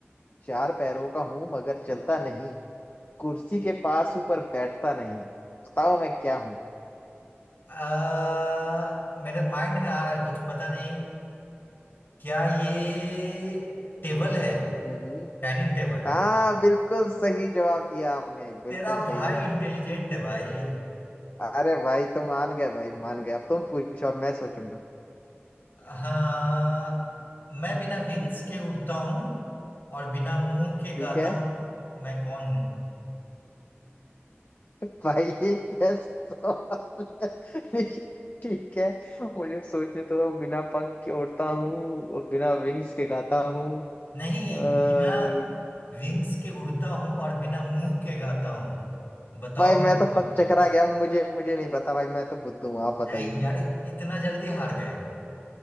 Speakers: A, on the left (about 40°); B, on the left (about 55°).
A: चार पैरों का हूँ मगर चलता नहीं कुर्सी के पास ऊपर बैठता नहीं बताओ मैं क्या हूँ
B: आ, मेरे माइंड में आ रहा है कुछ पता नहीं क्या ये टेबल है
A: हम्म हम्म।
B: Dining table
A: हाँ बिल्कुल सही जवाब दिया आपने बिल्कुल
B: तेरा
A: सही
B: भाई
A: जवाब
B: इंटेलिजेंट
A: दिया
B: है भाई
A: अरे भाई तो मान गए भाई मान गए अब तुम पूछो अब मैं सोचूंगा
B: हाँ मैं बिना विंग्स के उड़ता हूँ और बिना मुंह के
A: ठीक
B: गाता
A: है
B: हूँ मैं कौन हूँ
A: <laughs> भाई ये कैसा सवाल है? <laughs> ठीक ठीक है मुझे सोचने तो दो, बिना पंख के उड़ता हूँ और बिना विंग्स के गाता हूँ
B: नहीं
A: अ,
B: बिना विंग्स के उड़ता हूँ और बिना मुंह के गाता हूँ बताओ
A: भाई मैं
B: मैं
A: तो
B: कौन
A: पक
B: हूँ?
A: चकरा गया मुझे मुझे नहीं पता भाई मैं तो बुद्धू हूँ आप बताइए
B: ऐ यार
A: मुझे
B: इत- इतना जल्दी हार गए